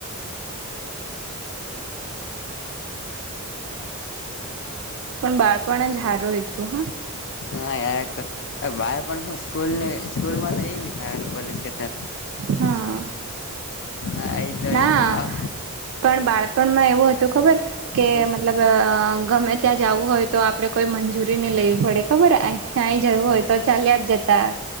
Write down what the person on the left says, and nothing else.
હાય બાર પણ હ સ્કૂલ સ્કૂલમાં તો એવી હ કોલેજ કરતા.
આ તો
એ હા
હમ